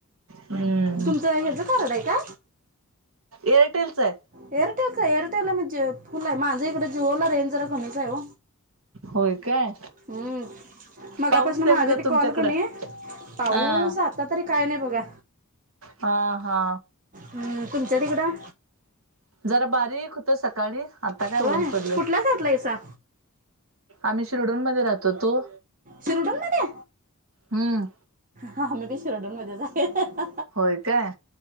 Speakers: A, on the right; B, on the right.
A: हम्म
B: तुमचं ह्याचं कार्ड आहे का?
A: एअरटेल चा आहे
B: एअरटेलच एअरटेलला म्हणजे फुल आहे माझं इकडे जीओ ला रेंज जरा कमीच आहे ओ
A: होय काय
B: हम्म मगापासून
A: पाऊस तेन
B: माझा
A: ग
B: बी
A: तुमच्याकडं
B: कॉल कणी पाऊस
A: हा
B: आता तरी काय नाही बघा.
A: हा हा
B: हम् तुमच्या तिकडं?
A: जरा बारीक होत सकाळी आता काय
B: होय
A: ऊन पडलंय.
B: कुठल्या साईडला आहेसा
A: आम्ही शिरढोन मध्ये राहतो तू?
B: शिरढोण मध्ये
A: हम्म
B: हा आम्ही बी शिरढोन मध्येच राहतो
A: होय काय